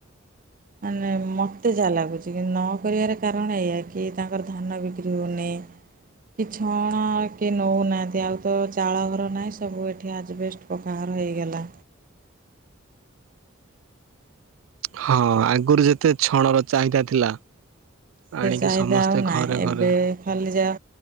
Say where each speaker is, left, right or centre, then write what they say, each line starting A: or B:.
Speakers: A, on the right; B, on the right.
A: ମାନେ ମତେ ଯାହା ଲାଗୁଛି କି ନ କରିବାର କାରଣ ଏଇଆ କି ତାଙ୍କର ଧାନ ବିକ୍ରି ହଉନି। ନି କି ଛଣ କି ନଉନାହାନ୍ତି ଆଉ ତ ଚାଳ ଘର ନାହିଁ ସବୁ ଏଠି ଆଜ୍ବେଷ୍ଟ ପକାଘର ହେଇଗଲା
B: ହଁ ଆଗରୁ ଯେତେ ଛଣ ର ଚାହିଦା ଥିଲା
A: ସେ
B: ଆଣିକି
A: ଚାହିଦା
B: ସମସ୍ତେ
A: ଆଉ ନାହିଁ
B: ଘରେ
A: ଏବେ
B: ଘରେ
A: ଖାଲି ଯାହା